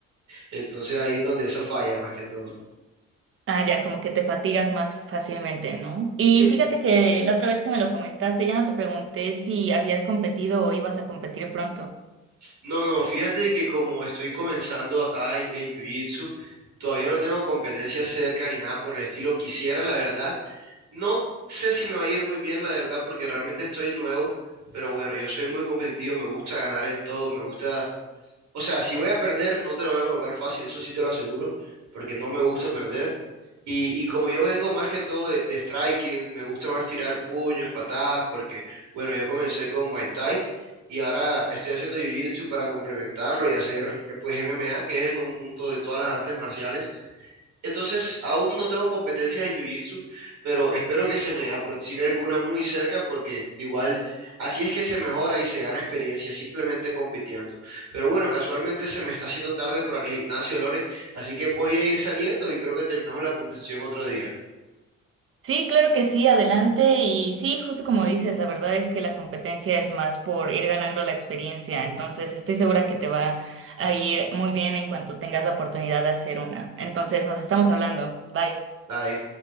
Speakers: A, on the right; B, on the right.
A: entonces ahí es donde eso falla más que todo.
B: Ah, ya, como que te fatigas más fácilmente, ¿no? Y
A: Eh,
B: fíjate que la otra vez que me lo comentaste, ya no te pregunté si habías competido o ibas a competir pronto.
A: no, no, fíjate que como estoy comenzando acá en, en Jiu-Jitsu, todavía no tengo competencias cerca ni nada por el estilo. Quisiera, la verdad, no sé si me va a ir muy bien, la verdad, porque realmente estoy nuevo. Pero bueno, yo soy muy competitivo, me gusta ganar en todo, me gusta O sea, si voy a perder, no te lo voy a colocar fácil, eso sí te lo aseguro, porque no me gusta perder. Y, y como yo vengo más que todo de, de striking, me gusta más tirar puños, patadas, porque, bueno, yo comencé con Muay Thai y ahora estoy haciendo Jiu-Jitsu para complementarlo y hacer, eh, pues, MMA, que es el conjunto de todas las artes marciales entonces, aún no tengo competencias en Jiu-Jitsu, pero espero que se me aproxime alguna muy cerca porque igual así es que se mejora y se gana experiencia simplemente compitiendo. Pero bueno, casualmente se me está haciendo tarde para el gimnasio, Lore, así que voy a ir saliendo y creo que terminamos la conversación otro día.
B: Sí, claro que sí, adelante. Y sí, justo como dices, la verdad es que la competencia es más por ir ganando la experiencia. Entonces, estoy segura que te va a ir muy bien en cuanto tengas la oportunidad de hacer una. Entonces, nos estamos hablando. Bye.
A: Bye.